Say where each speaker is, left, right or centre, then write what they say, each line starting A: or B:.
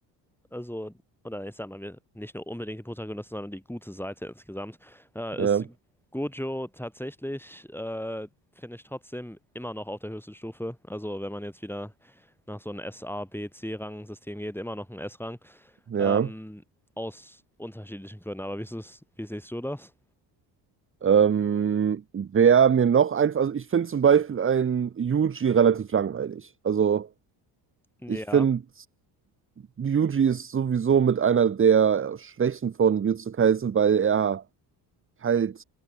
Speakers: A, in the centre; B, on the right (about 30°).
A: also, oder ich sag mal, wir, nicht nur unbedingt die Protagonisten, sondern die gute Seite insgesamt, äh,
B: Ja,
A: ist Gojo tatsächlich, äh, finde ich trotzdem immer noch auf der höchsten Stufe. Also, wenn man jetzt wieder nach so einem S A B, C-Rang-System geht, immer noch ein S-Rang.
B: ja.
A: Ähm, aus unterschiedlichen Gründen. Aber wie ist es, wie siehst du das?
B: Ähm, wer mir noch einfach, also ich finde zum Beispiel einen Yuji relativ langweilig. Also
A: Ja,
B: Ich finde, Yuji ist sowieso mit einer der Schwächen von Jujutsu Kaisen, weil er halt